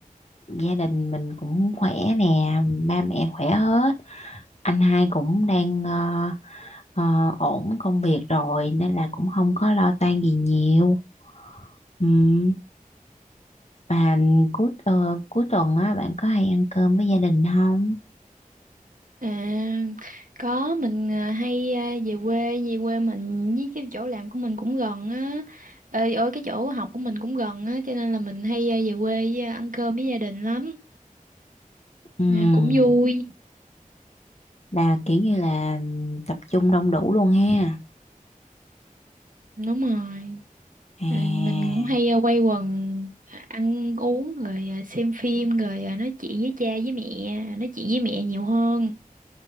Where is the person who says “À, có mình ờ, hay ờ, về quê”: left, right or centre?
Right